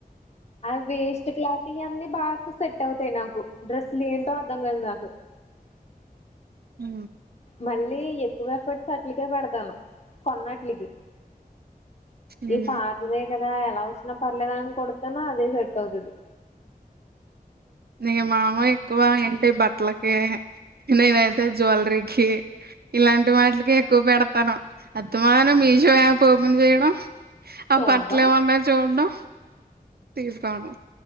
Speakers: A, on the left; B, on the right.
A: ఆ వేస్ట్ క్లాత్ ఇ అన్నీ బా సెట్ అవుతాయి నాకు డ్రెస్లు ఏంటో అర్థం కాదు నాకు <inaudible>
B: ఊ
A: మళ్ళీ ఎక్కువ ఎఫర్ట్స్ అట్లకే పెడతాను కొన్నట్లకి
B: హ్మ్
A: ఈ పాతద కదా ఎలా వచ్చినా పర్లేదని కొడుతున్న అదే సెట్ అవుతుది
B: నే మామ ఎక్కువ ఏంటి బట్టలకి నేనైతే జ్యువెలరీకి ఇలాంటి వాటికే ఎక్కువ పెడతాను అస్తమానం మీషో యాప్ ఓపెన్ చేయడం ఆ
A: చూడ్డం
B: బట్లెమున్నాయని చూడటం తీసుకోవడం